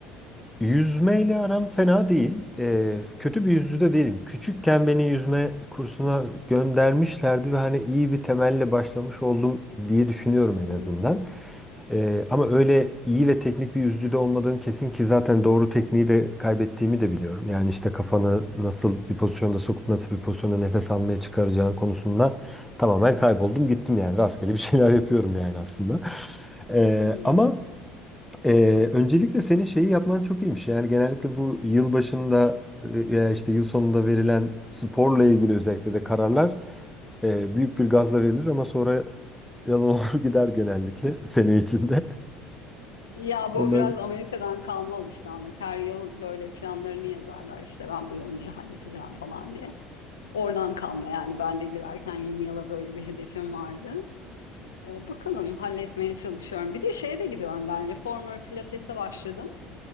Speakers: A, in the centre; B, on the left.
A: yüzmeyle aram fena değil. Ee, kötü bir yüzücü de değilim. Küçükken beni yüzme kursuna göndermişlerdi ve hani iyi bir temelle başlamış oldum diye düşünüyorum
B: Hmm.
A: en azından. Ee, ama öyle iyi ve teknik bir yüzücü de olmadığım kesin ki zaten doğru tekniği de kaybettiğimi de biliyorum. Yani işte kafanı nasıl bir pozisyonda sokup nasıl bir pozisyonda nefes almaya çıkaracağın konusunda tamamen kayboldum gittim yani rastgele bir şeyler <laughs> yapıyorum yani aslında. Ee,
B: <laughs>
A: ama ee, öncelikle senin şeyi yapman çok iyiymiş. Yani genellikle bu yıl başında veya işte yıl sonunda verilen sporla ilgili özellikle de kararlar e, büyük bir gazla verilir ama sonra yalan olur <laughs> gider genellikle sene içinde.
B: Ya bu
A: <laughs> Onlar
B: biraz Amerika'dan kalma alışkanlık. Her yıl böyle planlarını yazarlar işte ben bu yıl neyi halledeceğim falan diye. Oradan kalma yani ben de girerken yeni yıla böyle bir hedefim vardı. Ee, bakalım halletmeye çalışıyorum. Bir de şeye de gidiyorum ben Reformer Pilates'e başladım.